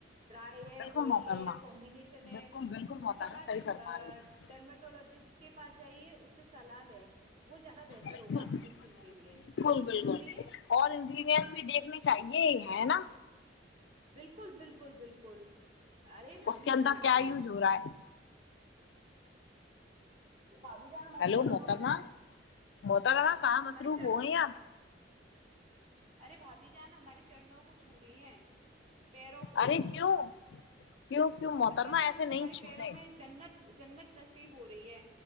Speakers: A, on the right; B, on the left.
A: ڈرائی ہے
B: بالکل
A: آئلی
B: محترما
A: ہے یا کومبینیشن ہے
B: بالکل بالکل محترما
A: اس کے بعد
B: صحیح فرما رہی ہیں
A: ڈرمٹولوجسٹ کے پاس جائیے اس سے سلاح لیں وہ زیادہ بہتر
B: بالکل
A: ہوگا آپ کی اسکن کے لیے
B: بالکل
A: سمجھ
B: بالکل
A: رہی ہے
B: اور انگریڈینٹ بھی دیکھنے چاہیے ہے نا
A: بالکل بالکل بالکل ارے بھابی
B: اس کے
A: جان
B: اندر
A: کیا کر
B: یوز ہو رہا ہے
A: بھاابھی جان ہمارے
B: ہیلو
A: چرنوں
B: محترما
A: میں
B: محترما
A: بھاابی جان
B: کہاں
A: ہمارے
B: مصروف
A: چرنوں
B: ہو گئی
A: میں
B: آپ
A: ارے بھابھی جان ہمارے چنوں کو چھوری ہے پیروں کو
B: ارے کیوں کیوں کیوں
A: ارے
B: محترما
A: پتا نہیں
B: ایسے
A: ان کو ہماری
B: چھونے
A: پیروں میں جنت جنت نصیب ہو رہی ہے